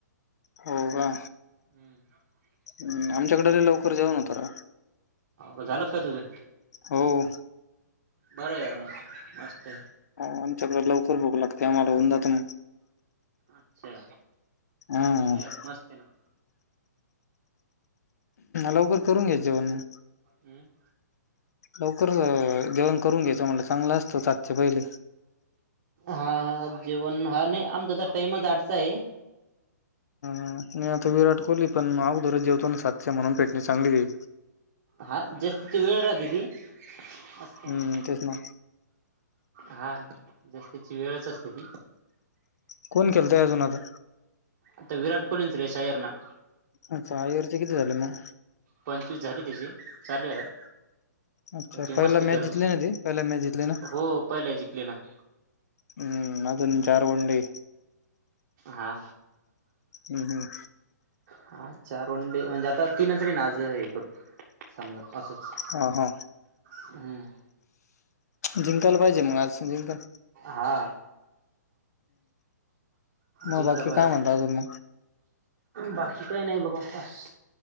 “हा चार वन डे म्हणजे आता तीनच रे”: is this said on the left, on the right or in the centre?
Right